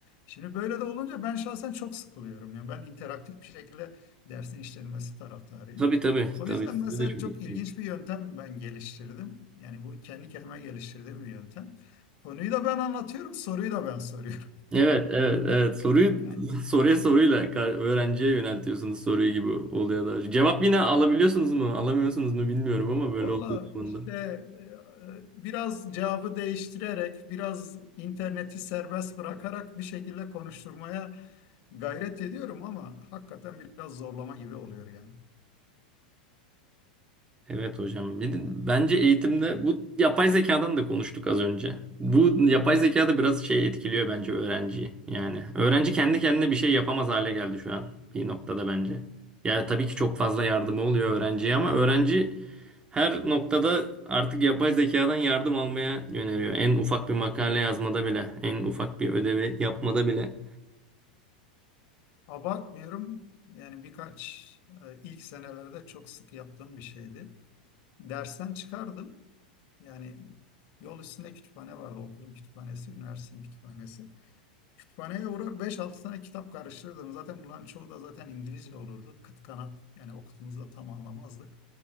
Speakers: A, on the left; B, on the right.
A: Şimdi böyle de olunca ben şahsen çok sıkılıyorum. Yani ben interaktif bir şekilde dersin işlenmesi taraftarıyım.
B: Tabii tabii
A: O
B: tabii
A: yüzden
B: sizi
A: mesela
B: de çok
A: çok
B: etkiliyor.
A: ilginç bir yöntem ben geliştirdim. Yani bu kendi kendime geliştirdiğim bir yöntem. Konuyu da ben anlatıyorum, soruyu da ben soruyorum.
B: Evet, evet, evet. Soruyu
A: <laughs> Yani
B: <laughs> soruya soruyla kar- öğrenciye yöneltiyorsunuz soruyu gibi oluyor daha çok. Cevap yine alabiliyorsunuz mu, alamıyorsunuz mu bilmiyorum ama
A: Valla
B: böyle olduğu zaman.
A: işte e, biraz cevabı değiştirerek, biraz interneti serbest bırakarak bir şekilde konuşturmaya gayret ediyorum ama hakikaten biraz zorlama gibi oluyor yani.
B: Evet hocam. Bir de bence eğitimde bu yapay zekadan da konuştuk az önce. Bu yapay zeka da biraz şey etkiliyor bence öğrenciyi. Yani öğrenci kendi kendine bir şey yapamaz hale geldi şu an bir noktada bence. Yani tabii ki çok fazla yardımı oluyor öğrenciye ama öğrenci Her noktada artık yapay zekadan yardım almaya yöneliyor. En ufak bir makale yazmada bile, en ufak bir ödevi yapmada bile.
A: Abartmıyorum. Yani birkaç e, ilk senelerde çok sık yaptığım bir şeydi. Dersten çıkardım. Yani yol üstünde kütüphane vardı. Okulun kütüphanesi, üniversitenin kütüphanesi. Kütüphaneye uğrar beş altı tane kitap karıştırırdım. Zaten bunların çoğu da zaten İngilizce olurdu. Kıt kanat yani okuduğumuzu da tam anlamazdık.